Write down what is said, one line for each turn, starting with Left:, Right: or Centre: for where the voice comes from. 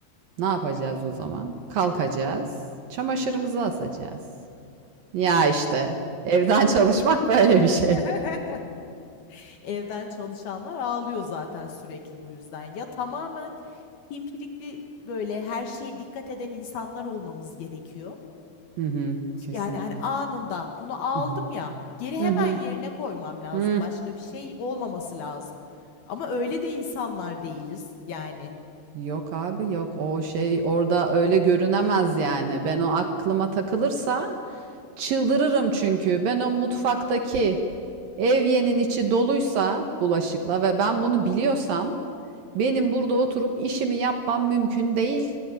Right: Ne yapacağız o zaman? Kalkacağız. Çamaşırımızı asacağız. Ya işte evden <laughs> çalışmak böyle bir şey.
Left: <laughs> Evden çalışanlar ağlıyor zaten sürekli bu yüzden. Ya tamamen pimpirikli böyle her şeye dikkat eden insanlar olmamız gerekiyor.
Right: Hı hı, kesinlikle.
Left: Yani, hani, anında bunu aldım
Right: Hı hı.
Left: ya, geri
Right: Hı
Left: hemen
Right: hı.
Left: yerine koymam lazım.
Right: Hı.
Left: Başka bir şey olmaması lazım. Ama öyle de insanlar değiliz. Yani,
Right: Yok abi yok o şey orada öyle görünemez yani. Ben o aklıma takılırsa çıldırırım çünkü. Ben o mutfaktaki evyenin içi doluysa bulaşıkla ve ben bunu biliyorsam benim burada oturup işimi yapmam mümkün değil.